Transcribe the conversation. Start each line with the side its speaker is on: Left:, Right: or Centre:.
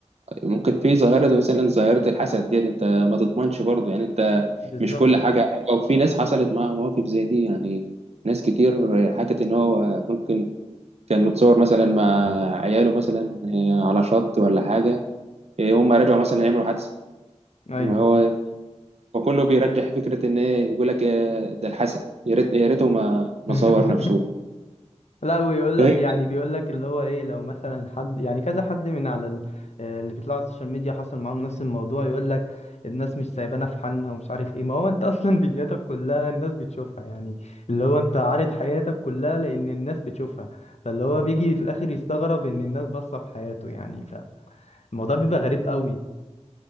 Right: ممكن في ظاهرة زي مثلا ظاهرة الحسد ديت انت ما تضمنش برضه يعني انت
Left: بالظبط
Right: مش كل حاجة حلوة وفي ناس حصلت معاها مواقف زي دي يعني ناس كتير حكت ان هو ممكن كان متصور مثلا مع عياله مثلا آه، على شط ولا حاجة آه، هم رجعوا مثلا يعملوا حادثة
Left: أيوة
Right: هو وكله بيرجح فكرة ان ايه يقول لك يا ده الحسد يا ريت يا ريته ما ما
Left: <laughs>
Right: صور نفسه
Left: لا ويقول
Right: فاهم؟
Left: لك يعني بيقول لك اللي هو إيه لو مثلا حد يعني كذا حد من على ال- آه، اللي بيطلعوا على السوشيال ميديا حصل معاهم نفس الموضوع يقول لك الناس مش سايبانا في حالنا ومش عارف إيه ما هو أنت <laughs> أصلا فيديوهاتك كلها الناس بتشوفها يعني اللي هو أنت عارض حياتك كلها لأن الناس تشوفها فاللي هو بيجي في الآخر يستغرب إن الناس باصة في حياته يعني فالموضوع بيبقى غريب قوي